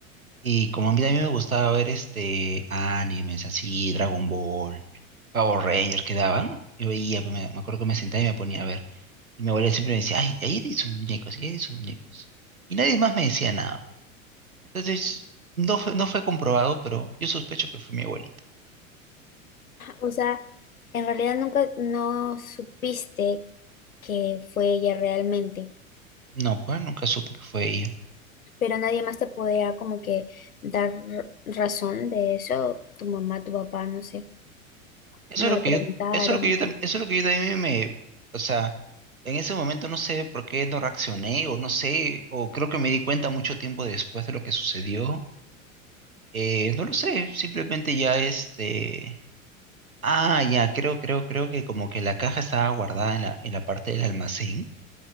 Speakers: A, on the right; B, on the left.
A: Y como a mí también me gustaba ver este animes así, Dragon Ball, Power Rangers que daban, yo veía, pues, me, me acuerdo que me sentaba y me ponía a ver. Y mi abuela siempre me decía, ay, ahí hay sus muñecos, ahí hay sus muñecos. Y nadie más me decía nada. Entonces, no fue, no fue comprobado, pero yo sospecho que fue mi abuelita.
B: O sea, en realidad nunca no supiste que fue ella realmente,
A: No, pues nunca supe que fue ella.
B: pero nadie más te podía como que dar r- razón de eso, tu mamá, tu papá, no sé,
A: Eso
B: no
A: es lo
B: le
A: que
B: preguntaron.
A: yo, eso es lo que yo, tam- eso es lo que yo también me, o sea, en ese momento no sé por qué no reaccioné, o no sé, o creo que me di cuenta mucho tiempo después de lo que sucedió Eh, no lo sé, simplemente ya este... Ah, ya, creo, creo, creo que como que la caja estaba guardada en la, en la parte del almacén,